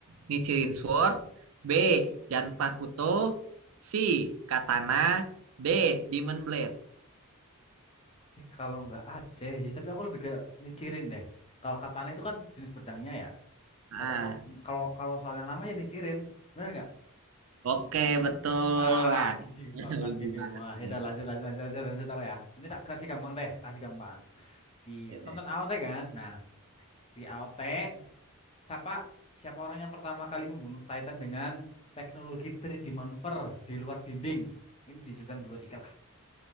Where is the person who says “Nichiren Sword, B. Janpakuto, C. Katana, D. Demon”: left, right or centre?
Right